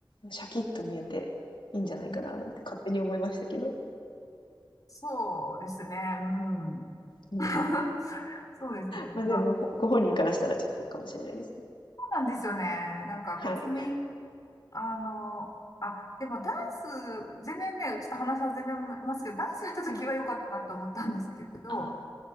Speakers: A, on the left; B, on the left.
A: シャキッと見えて、いいんじゃないかな、
B: ん、
A: なんて勝手に思いましたけど。
B: そうですね。うん。
A: うん。
B: <laughs> そうですね。
A: まあ、でも、
B: まあ、
A: ご本人からしたらちょっとかもしれないですね。
B: はいそうなんですよね。なんか別に、
A: はい。
B: あの、あ、でもダンス、全然ね、ちょっと話は全然ますけど、ダンスやった時は良かったなと思ったんですけど、
A: はい。あ